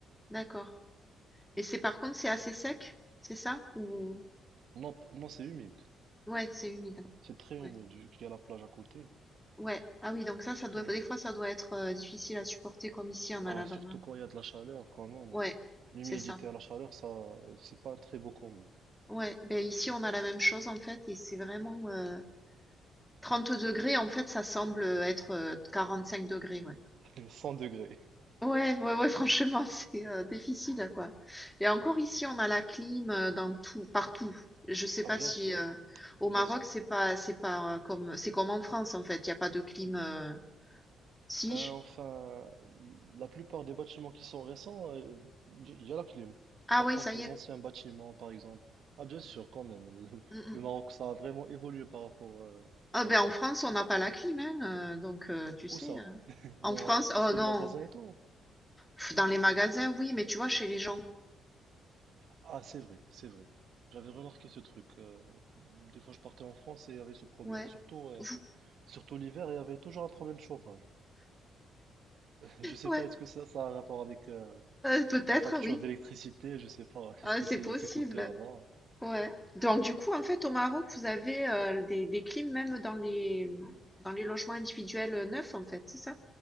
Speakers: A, in the centre; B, on the right.
A: d'accord. Et c'est par contre c'est assez sec, c'est ça? Ou
B: Non, p- non, c'est humide.
A: ouais, c'est humide.
B: C'est très
A: Ouais.
B: humide, vu qu'il y a la plage à côté.
A: Ouais. Ah oui, donc ça,
B: C'est
A: ça
B: très
A: doit
B: humide.
A: des fois ça doit être euh, difficile à supporter comme ici en Alabama.
B: Ah, surtout quand il y a de la chaleur, quand même.
A: Ouais,
B: hein. L'humidité
A: c'est ça.
B: à la chaleur, ça, euh, c'est pas un très beau combo.
A: Ouais. Ben ici on a la même chose en fait et c'est vraiment euh, 30 degrés en fait ça semble euh, être euh, cinq degrés. ouais.
B: <laughs> 100 degrés.
A: Ouais, ouais, ouais, franchement, <laughs> c'est euh, difficile, quoi. Et encore ici, on a la clim euh, dans tout, partout. Je sais
B: Ah,
A: pas
B: bien
A: si
B: sûr,
A: euh, au
B: bien
A: Maroc,
B: sûr.
A: c'est pas, c'est pas euh, comme, c'est comme en France, en fait. Il y a pas de clim. euh, Si?
B: Euh, enfin, la plupart des bâtiments qui sont récents, euh, il y a la clim.
A: Ah
B: Par
A: ouais,
B: contre,
A: ça y
B: les
A: est.
B: anciens bâtiments, par exemple, ah bien sûr, quand même,
A: Mm,
B: <laughs>
A: mm.
B: le Maroc, ça a vraiment évolué par rapport euh,
A: Ah
B: à
A: ben
B: autrefois.
A: en France, on n'a pas la clim, hein, euh, donc euh, tu
B: Où
A: sais.
B: ça?
A: euh,
B: <laughs> Dans
A: En France,
B: tout
A: oh
B: ce qui
A: non,
B: est magasin et tout?
A: pff, dans les magasins, oui, mais tu vois, chez les gens,
B: Ah, c'est vrai, c'est vrai. J'avais remarqué ce truc. euh, des fois, je partais en France et il y avait ce problème.
A: ouais,
B: Surtout, euh,
A: Vous-
B: surtout l'hiver, il y avait toujours un problème de chauffage. <laughs> Je sais
A: ouais,
B: pas, est-ce que ça, ça a un rapport avec euh,
A: euh, peut-être,
B: la facture
A: oui.
B: d'électricité? Je sais pas, <laughs>
A: Ah,
B: est-ce que
A: c'est
B: c'est
A: possible.
B: c'est coûteux là-bas?
A: Ouais. Donc du coup, en fait, au Maroc, vous avez euh, des, des clims même dans les dans les logements individuels euh, neufs, en fait, c'est ça?